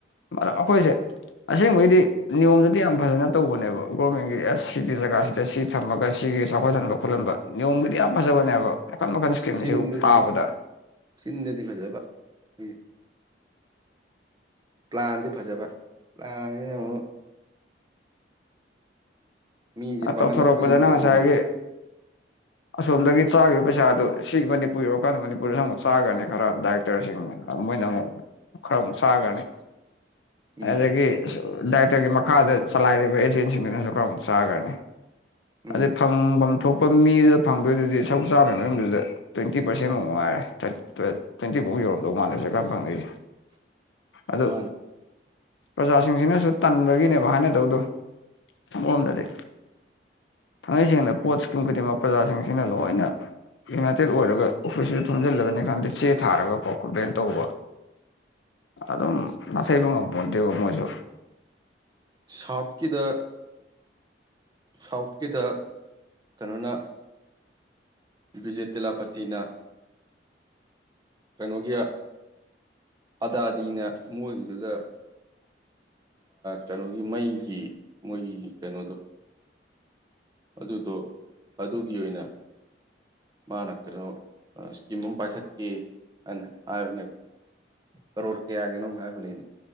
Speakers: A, on the left; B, on the right.
A: ꯃꯥꯅꯦ ꯑꯩꯈꯣꯏꯁꯦ ꯑꯁꯦꯡꯕꯩꯗꯤ ꯅꯤꯌꯣꯝꯗꯗꯤ ꯌꯥꯝ ꯐꯖꯅ ꯇꯧꯕꯅꯦꯕ ꯒꯣꯔꯃꯦꯟꯒꯤ ꯑꯦꯁ ꯁꯤꯒꯤ ꯖꯒꯥꯁꯤꯗ ꯁꯤ ꯊꯝꯃꯒ ꯁꯤꯒꯤ ꯆꯥꯎꯈꯠꯍꯟꯕ ꯈꯣꯠꯍꯟꯕ ꯅꯤꯌꯣꯝꯒꯤꯗꯤ ꯌꯥꯝ ꯐꯖꯕꯅꯦꯕ ꯃꯈꯟ ꯃꯈꯟ ꯁ꯭ꯀꯤꯝꯁꯤ
B: ꯆꯤꯟꯗꯗꯤ
A: ꯇꯥꯕꯗ
B: ꯆꯤꯟꯗꯗꯤ ꯐꯖꯕ ꯑꯩꯈꯣꯏꯒꯤ ꯄ꯭ꯂꯥꯟꯗꯤ ꯐꯖꯕ ꯄ꯭ꯂꯥꯟꯁꯤꯅ ꯑꯃꯨꯛ ꯃꯤꯁꯦ ꯄꯥꯡꯍꯜꯂꯛꯄꯒꯤ
A: ꯇꯧꯊꯣꯔꯛꯄꯗꯅ
B: ꯃꯑꯣꯡ
A: ꯉꯁꯥꯏꯒꯤ
B: ꯑꯃ
A: ꯑꯁꯣꯝꯗꯒꯤ ꯆꯥꯈꯤꯕ ꯄꯩꯁꯥꯗꯨ ꯁꯤ ꯃꯅꯤꯄꯨꯔ ꯌꯧꯔꯀꯥꯟꯗ ꯃꯅꯤꯄꯨꯔꯗ ꯁ ꯑꯃꯨꯛ ꯆꯥꯈ꯭ꯔꯅꯤ ꯈꯔ ꯗꯥꯏꯔꯦꯛ ꯗꯔꯁꯤꯡꯅ ꯃꯣꯏꯅ ꯑꯃꯨꯛ ꯈꯔ ꯑꯃꯨꯛ ꯆꯥꯈ꯭ꯔꯅꯤ
B: ꯎꯝ
A: ꯑꯗꯒꯤ ꯗꯥꯏꯇꯔꯒꯤ ꯃꯈꯥꯗ ꯆꯂꯥꯏꯔꯤꯕ ꯑꯦꯖꯦꯟꯁꯤꯡꯗꯨꯅꯁꯨ ꯈꯔꯥ ꯑꯃꯨꯛ ꯆꯥꯒꯔꯅꯤ
B: ꯎꯝ
A: ꯑꯗꯩ ꯐꯪꯐꯝ ꯊꯣꯛꯄ ꯃꯤꯗꯨꯗ ꯐꯪꯗꯣꯏꯗꯨꯗꯤ ꯁꯔꯛ ꯆꯥꯅꯕꯅꯕꯗꯨꯗ ꯇ꯭ꯋꯦꯟꯇꯤ ꯄꯔꯦꯟꯃꯐꯥꯎꯛ ꯉꯥꯏꯦ ꯇ꯭ꯋꯦꯟꯇꯤꯐꯥꯎ ꯌꯧꯔꯝꯗꯧ ꯃꯥꯟꯗꯁꯨ ꯀꯔꯝ ꯐꯪꯅꯩꯦ
B: <inaudible>
A: ꯑꯗꯨ
B: ꯃꯥꯅꯤ
A: ꯄ꯭ꯔꯖꯥꯁꯤꯡꯁꯤꯅꯁꯨ ꯇꯟꯕꯒꯤꯅꯦꯕ ꯍꯥꯏꯅꯗꯧꯗꯣ ꯑꯃꯛꯔꯣꯝꯗꯗꯤ ꯊꯥꯡꯃꯩ ꯁꯦꯡꯅ ꯄꯣꯠ ꯁ꯭ꯀꯤꯝ ꯈꯨꯗꯤꯡꯃꯛ ꯄ꯭ꯔ. ꯖꯥꯁꯤꯡꯁꯤꯅ ꯂꯣꯏꯅ ꯌꯨꯅꯥꯏꯇꯦꯠ ꯑꯣꯏꯔꯒ ꯑꯣꯐꯤꯁꯇ ꯊꯣꯝꯖꯤꯜꯂꯒꯅꯤ ꯈꯟꯗꯦ ꯆꯦ ꯊꯥꯔꯒ ꯀꯣ ꯀꯝꯄ꯭ꯂꯦꯟ ꯇꯧꯕ
B: <inaudible>
A: ꯑꯗꯨ. ꯝ ꯅꯥꯊꯩꯕ ꯉꯝꯄꯣꯟꯗꯦꯕ ꯃꯣꯏꯁꯨ
B: ꯁꯥꯎꯠꯀꯤꯗ ꯁꯥꯎꯠꯀꯤꯗ ꯀꯩꯅꯣꯅ ꯕꯤꯖꯦꯠ ꯇꯤꯂꯥꯄꯇꯤꯅ ꯀꯩꯅꯣꯒꯤ ꯑꯗꯥꯗꯤꯅ ꯃꯣꯏꯒꯤꯗꯨꯗ ꯀꯩꯅꯣꯒꯤ ꯃꯩꯒꯤ ꯃꯣꯏꯒꯤ ꯀꯩꯅꯣꯗꯣ ꯑꯗꯨꯗ ꯑꯗꯨꯒꯤ ꯑꯣꯏꯅ ꯃꯥꯅ ꯀꯩꯅꯣ ꯏꯁꯀꯤꯝ ꯑꯃ ꯄꯥꯏꯈꯠꯀ ꯑ ꯍꯥꯏꯕꯅꯦ ꯀꯔꯣꯔ ꯀꯌꯥꯒꯤꯅꯣ ꯍꯥꯏꯕꯅꯤꯅ